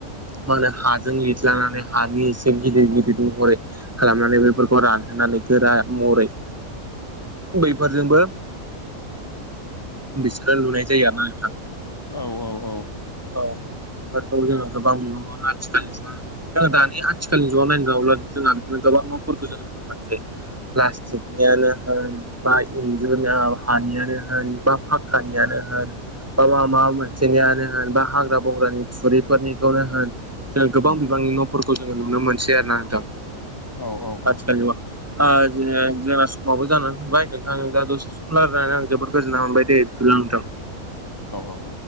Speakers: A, on the right; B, on the left.
A: मा होनो हाजों लिरलानानै हानि एसे गिदिर गिदिर महरै खालामनानै बेफोरखौ रानहोनानै गोरा महरै बैफोरजोंबो बिसोरो लुनाय जायो आरोना नोंथां।
B: औ औ औ
A: औ बेफोरखौ जोङो गोबां बिबाङाव आथिखाल सन जोङो दानि आथिखालनि ज' नायनो नङला जोंहा बिदिनो गोबां न'फोरखौ जों नुनो मोनसै। प्लास्टिक हानियानो होन बा इन्जुर हानियानो होन बा फक्कानियानो होन बा माबा मोनसेनियानो होन बा हाग्रा बंग्रानि थुरिफोरनिखौनो होन जों गोबां बिबांनि न'फोरखौ जोङो नुनो मोनसै आरो ना नोंथां।
B: औ औ
A: आथिखाल जुगाव ओ जेरै जोंना समाबो जानानै फैबाय नोंथां दा दसे सम रायनानै आं जोबोद गोजोन्नाय मोनबाय दे बिदिब्ला नोंथां
B: औ औ